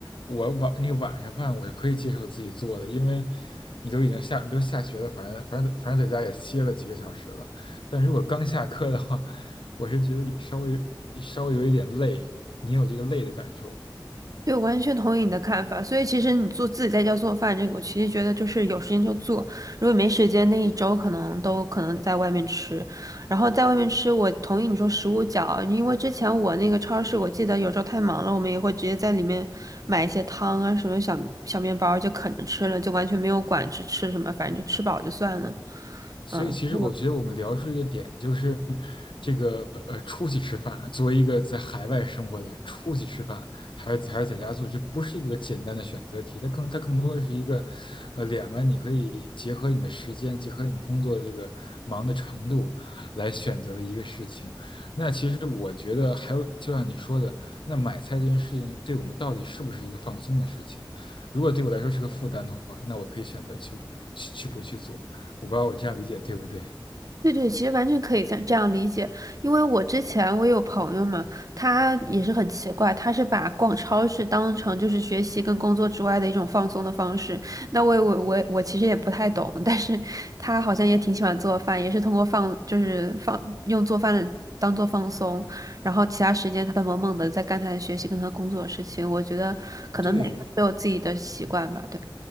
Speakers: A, on the left (about 85°); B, on the right (about 45°).
A: 我晚那个晚上饭我是可以接受自己做的，因为你都已经下你都下学了，反正反正反正在家也歇了几个小时了，但如果刚下课的话，我是觉得稍微稍微有一点累，你有这个累的感受吗？
B: 对，我完全同意你的看法。所以其实你做自己在家做饭这个，我其实觉得就是有时间就做，如果没时间，那一周可能都可能在外面吃。然后在外面吃，我同意你说食物角，因为之前我那个超市，我记得有时候太忙了，我们也会直接在里面买一些汤啊，什么小小面包就啃着吃了，就完全没有管吃吃什么，反正就吃饱就算了。
A: 所以，
B: 嗯，
A: 其实我觉得我们聊出一个点，
B: 嗯
A: 就是这个呃，出去吃饭，作为一个在海外生活的人，出去吃饭还是还是在家做，这不是一个简单的选择题，它更它更多的是一个，呃，两个你可以结合你的时间，结合你工作的这个忙的程度来选择的一个事情。那其实我觉得还有，就像你说的，那买菜这件事情对我们到底是不是一个放松的事情？如果对我来说是个负担的话，那我可以选择去去去不去做。我不知道我这样理解对不对？
B: 对对，其实完全可以这样这样理解，因为我之前我有朋友嘛，他也是很奇怪，他是把逛超市当成就是学习跟工作之外的一种放松的方式。那我也我我我其实也不太懂，但是他好像也挺喜欢做饭，也是通过放就是放用做饭的当做放松，然后其他时间他都萌萌的在干他的学习跟他工作的事情。我觉得可能每个人都有自己的习惯吧，
A: 对，
B: 对。